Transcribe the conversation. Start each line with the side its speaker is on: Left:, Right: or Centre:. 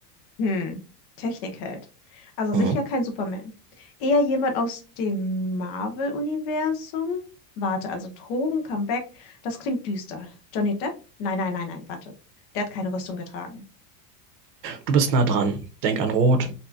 Left: Hm. Technikheld. Also sicher
Right: Mhm.
Left: kein Superman. Eher jemand aus dem Marvel-Universum? Warte, also Drogen, Comeback, das klingt düster. Johnny Depp? Nein, nein, nein, nein, warte. Der hat keine Rüstung getragen.
Right: Du bist nah dran. Denk an Rot,